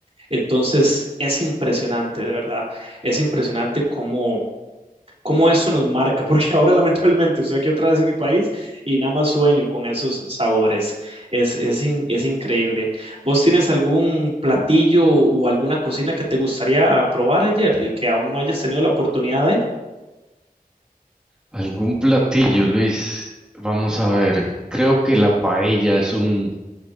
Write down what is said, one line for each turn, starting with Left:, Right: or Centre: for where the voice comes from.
Right: Entonces, es impresionante, de verdad, es impresionante cómo cómo eso nos marca, <laughs> porque ahora lamentablemente estoy aquí otra vez en mi país y nada más sueño con esos sabores. Es, es, in- es increíble. ¿Vos tienes algún platillo o alguna cocina que te gustaría probar, Jerry, que aún no hayas tenido la oportunidad de?
Centre: ¿Algún platillo, Luis? Vamos a ver. Creo que la paella es un,